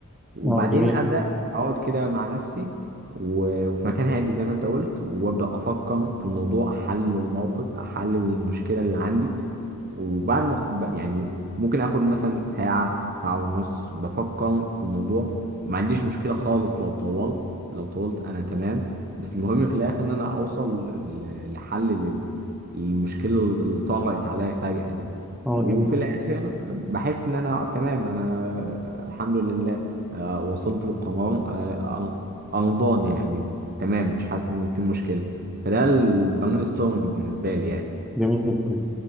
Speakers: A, on the right (about 45°); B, in the centre.
A: وبعدين
B: اه جميل
A: ابدا اقعد كده مع نفسي و- وفي مكان هادي زي ما انت قلت وابدا افكر في الموضوع احلل الموقف احلل المشكله اللي عندي وبعد ما ب- يعني ممكن اخد مثلا ساعه ساعه ونص بفكر في الموضوع وما عنديش مشكله خالص لو طولت لو طولت انا تمام بس المهم في الاخر ان انا اوصل ل- لحل لل- للمشكله اللي طرقت عليا فجاه دي
B: اه
A: وفي
B: جميل
A: الاخر بحس ان انا تمام انا الحمد لله آه، وصلت للقمران آه، أن- أنضان يعني تمام مش حاسس إن في مشكلة فده البرين ستورمنج بالنسبة لي يعني
B: جميل جدا